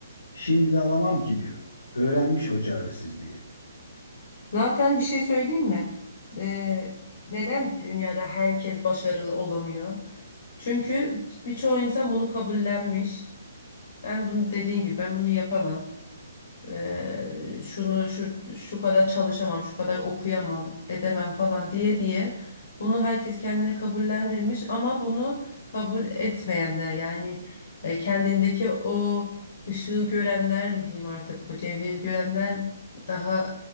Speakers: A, on the left (about 85°); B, on the left (about 60°).
A: Şimdi de alamam ki diyor. Öğrenmiş o çaresizliği.
B: Zaten bir şey söyleyeyim mi? Ee, neden dünyada herkes başarılı olamıyor? Çünkü birçoğu insan bunu kabullenmiş. Ben bunu dediğin gibi ben bunu yapamam. Eee, şunu şu şu kadar çalışamam, şu kadar okuyamam, edemem falan diye diye bunu herkes kendini kabullendirmiş ama bunu kabul etmeyenler yani e, kendindeki o ışığı görenler mi diyeyim artık o cevheri görenler daha